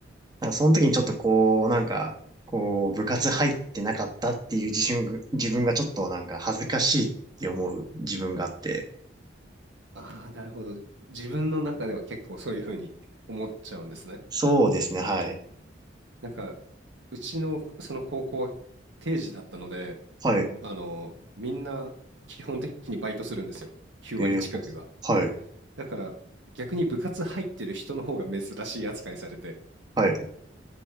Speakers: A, on the right; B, on the right.
A: なんかその時にちょっとこう、なんか、こう部活入ってなかったっていう自信、自分がちょっとなんか恥ずかしいって思う自分があって。
B: ああ、なるほど。自分の中では結構そういう風に思っちゃうんですね。
A: そうですね、はい。
B: なんか、うちのその高校は定時だったので、
A: はい。
B: あの、みんな基本的にバイトするんですよ。9割近くが。
A: えー、ほはい。
B: だから逆に部活入ってる人の方が珍しい扱いされてっ
A: はい。